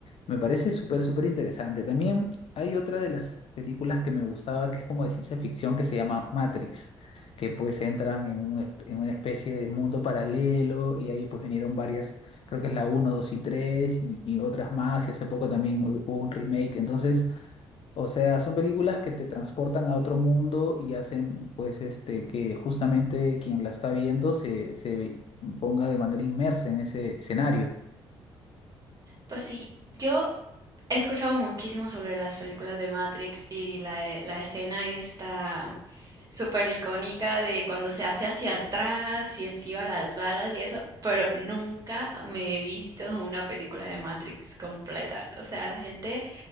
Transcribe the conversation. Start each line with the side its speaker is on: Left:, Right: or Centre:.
Left: me parece súper, súper interesante. También hay otra de las películas que me gustaba que es como de ciencia ficción que se llama Matrix que pues entran en, un esp- en una especie de mundo paralelo y ahí pues vinieron varias, creo que es la uno 2 y 3 y, y otras más y hace poco también hu- hubo un remake, entonces, o sea, son películas que te transportan a otro mundo y hacen pues este que justamente quien la está viendo se, se ponga de manera inmersa en ese escenario.
Right: Pues sí, yo he escuchado muchísimo sobre las películas de Matrix y la, e- la escena esta súper icónica de cuando se hace hacia atrás y esquiva las balas y eso, pero nunca me he visto una película de Matrix completa. O sea, la gente